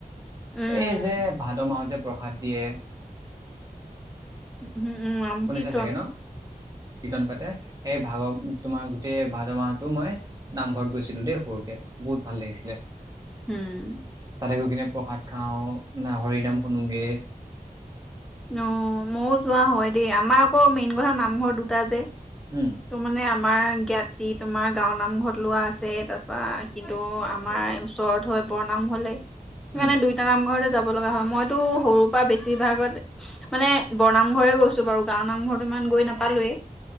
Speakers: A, in the centre; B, on the right.
A: উম, উম।
B: এই যে ভাদ মাহত যে প্ৰসাদ দিয়ে
A: উম, উম, নাম
B: শুনিছা
A: কীৰ্তন,
B: চাগে ন কীৰ্তন পাতে সেই ভাগৱ তোমাৰ গোটেই ভাদ মাহটো মই নামঘৰত গৈছিলো দেই সৰুতে বহুত ভাল লাগিছিলে
A: উম
B: তাতে গৈ কিনে প্ৰসাদ খাও না হৰি নাম শুনোগে
A: অ মইও যোৱা হয় দেই আমাৰ আকৌ মেইন কথা নামঘৰ দুটা যে
B: উম
A: ত মানে আমাৰ জ্ঞাতি তোমাৰ গাঁও নামঘৰত লোৱা আছে তাৰপৰা কিন্তু আমাৰ ওচৰত হয় বৰনামঘৰলে সেইকাৰণে
B: উম।
A: দুইটা নামঘৰতে যাব লগা হয় মইতো সৰুৰ পৰা বেছিভাগত মানে বৰনামঘৰে গৈছো বাৰু গাওৰ নামঘৰত ইমান গৈ নাপালোৱেই